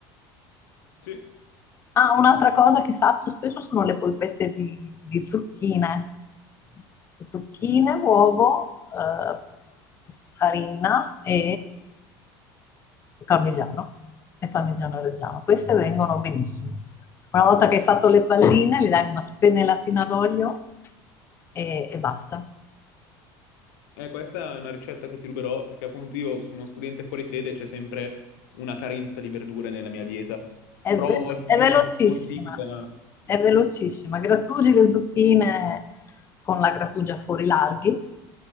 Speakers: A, on the left; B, on the left.
A: Sì.
B: Ah, un'altra cosa che faccio spesso sono le polpette di, di zucchine. Zucchine, uovo, eh, farina e, e parmigiano. E parmigiano reggiano. Queste vengono benissimo. Una volta che hai fatto le palline, gli dai una spennellatina d'olio e, e basta.
A: Eh, questa è una ricetta che ti ruberò perché appunto io sono uno studente fuori sede e c'è sempre una carenza di verdure nella mia dieta.
B: È,
A: Provo
B: ve-
A: il
B: è
A: più
B: velocissima,
A: possibile, a-
B: è velocissima. Grattugi le zucchine con la grattugia fuori larghi